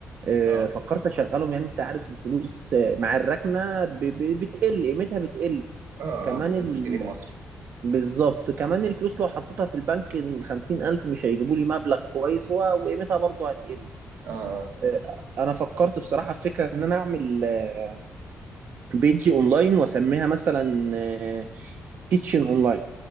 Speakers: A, on the right; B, on the right.
A: آه،
B: اه
A: فكرت اشغلهم يعني انت عارف الفلوس آه، مع الركنه ب... ب... بتقل قيمتها بتقل
B: اه
A: كمان
B: اه بالظبط
A: ال...
B: الجنيه المصري
A: بالظبط كمان الفلوس لو حطيتها في البنك الخمسين الف مش هيجيبوا لي مبلغ كويس و... وقيمتها برضه هتقل
B: اه
A: آه، انا فكرت بصراحه في فكره ان انا اعمل آه، بيج اونلاين واسميها مثلا آه، كيتشن اونلاين